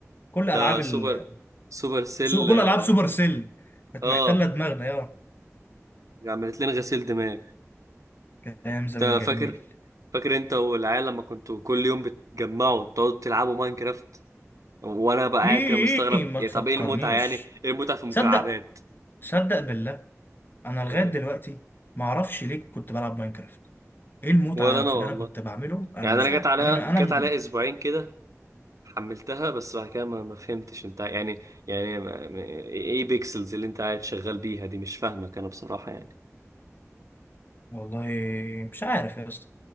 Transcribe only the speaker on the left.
كل العاب
ال...
سو- كل
العاب سوبر سيل كانت
محتله دماغنا يا
كانت ايام زمان
جميل
ايه
ما
تفكرنيش
تصدق تصدق بالله انا لغايه
دلوقتي ما اعرفش ليه كنت بلعب ماينكرافت ايه المتعه
في
اللي انا كنت بعمله انا
مش
عارف
انا من انا
من
والله مش عارف يا اسطى